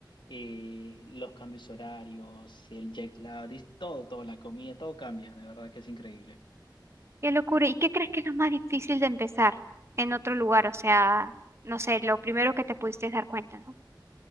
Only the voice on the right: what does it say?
Qué locura. ¿Y qué crees que es lo más difícil de empezar en otro lugar? O sea, no sé, lo primero que te pudiste dar cuenta, ¿no?